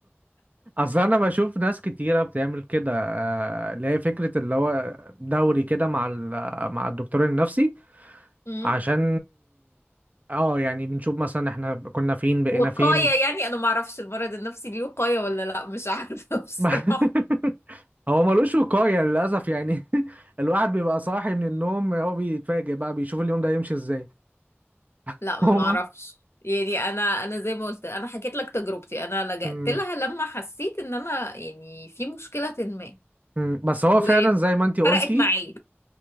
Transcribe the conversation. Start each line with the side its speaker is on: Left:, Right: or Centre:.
Right: اصل انا بشوف ناس كتيره بتعمل كده آه، اللي هي فكره اللي هو دوري كده مع ال- مع الدكتور النفسي
Left: أمم.
Right: عشان اه يعني بنشوف مثلا احنا كنا فين بقينا
Left: وقايه
Right: فين
Left: يعني انا معرفش المرض النفسي ليه وقايه ولا لا مش عارفه <laughs> بصراحه
Right: <laughs> هو ملوش وقايه للاسف يعني <laughs> الواحد بيبقى صاحي من النوم هو بيتفاجئ بقى بيشوف اليوم ده يمشي ازاي <laughs>
Left: لا ما
Right: هما
Left: اعرفش يعني انا انا زي ما قلت انا حكيت لك تجربتي انا لجأت
Right: مم.
Left: لها لما حسيت ان انا يعني في مشكلة ما
Right: مم. بس هو
Left: وفرقت
Right: فعلا زي ما انتي قلتي
Left: معايا